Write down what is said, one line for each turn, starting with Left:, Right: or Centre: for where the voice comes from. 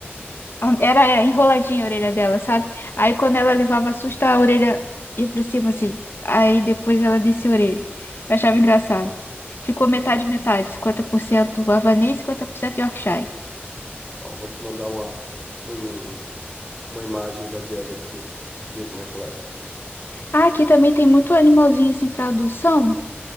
Left: A- Era é, enroladinha a orelha dela, sabe? Aí quando ela levava susto, a orelha ia pra cima assim. Aí depois ela descia a orelha. Eu achava engraçado. Ficou metade,
Centre: Ó,
Left: metade. 50% Havanês, 50% Yorkshire.
Centre: ó, vou te mandar uma, um uma imagem da Jagger pra vocês verem como é que ela é.
Left: Ah, aqui também tem muito animalzinho assim pra adoção.